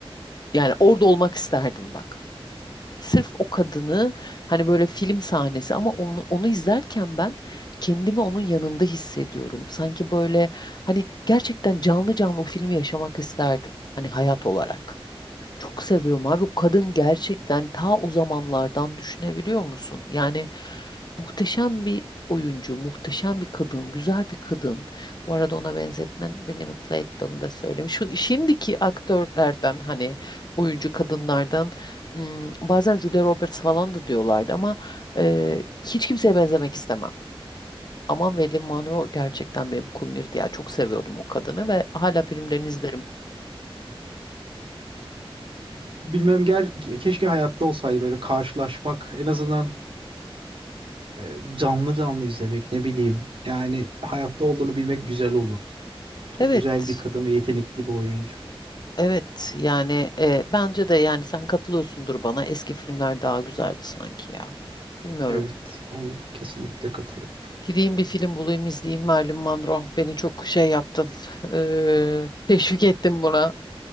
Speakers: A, on the left (about 45°); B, on the right (about 60°).
A: yani orada olmak isterdim bak. Sırf o kadını hani böyle film sahnesi ama onu, onu izlerken ben kendimi onun yanında hissediyorum. Sanki böyle hani gerçekten canlı canlı o filmi yaşamak isterdim. Hani hayat olarak. Çok seviyorum abi. O kadın gerçekten ta o zamanlardan düşünebiliyor musun? Yani muhteşem bir oyuncu, muhteşem bir kadın, güzel bir kadın. Bu arada ona benzetmen beni mutlu etti onu da söyleyeyim. Şu şimdiki aktörlerden hani oyuncu kadınlardan hmm, bazen Julia Roberts falan da diyorlardı ama e, hiç kimseye benzemek istemem. Ama Marilyn Monroe gerçekten benim kumirdi ya. Çok seviyordum o kadını ve hala filmlerini izlerim.
B: Bilmem ger keşke hayatta olsaydı böyle karşılaşmak en azından e, canlı canlı izlemek ne bileyim. Yani hayatta olduğunu bilmek güzel olurdu. Çok
A: Evet.
B: güzel bir kadın ve yetenekli bir oyuncu.
A: Evet yani e, bence de yani sen katılıyorsundur bana eski filmler daha güzeldi sanki ya. Bilmiyorum.
B: Evet, onu kesinlikle katılıyorum.
A: Gideyim bir film bulayım izleyeyim Marilyn Monroe. Beni çok şey yaptın. <laughs> Eee, teşvik ettin buna.